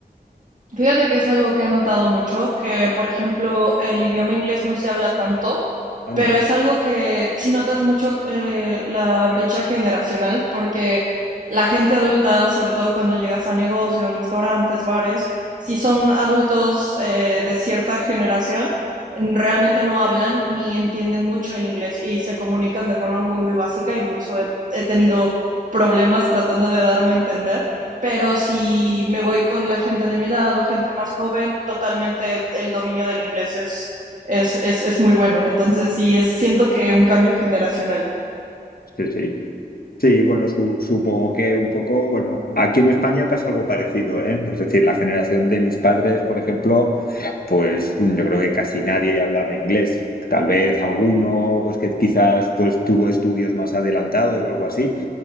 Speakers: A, on the right (about 50°); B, on the left (about 60°).
A: Fíjate que es algo que he notado mucho, que por ejemplo el idioma inglés no se habla tanto,
B: Anda.
A: pero es algo que sí notas mucho eh, la brecha generacional, porque la gente adulta, sobre todo cuando llegas a negocios, restaurantes, bares, si son adultos eh, de cierta generación, realmente no hablan ni entienden mucho el inglés y se comunican de forma muy, muy básica, incluso he he tenido problemas tratando de darme a entender. Pero si me voy con la gente de mi edad o gente más joven, totalmente el dominio del inglés es, es, es, es muy bueno. Entonces, sí, es, siento que un cambio generacional.
B: Sí, sí. Sí, bueno, su- supongo que un poco, bueno, aquí en España pasa algo parecido, ¿eh? Es decir, la generación de mis padres, por ejemplo, pues yo creo que casi nadie hablaba inglés. Tal vez alguno, pues que quizás pues tuvo estudios más adelantados o algo así,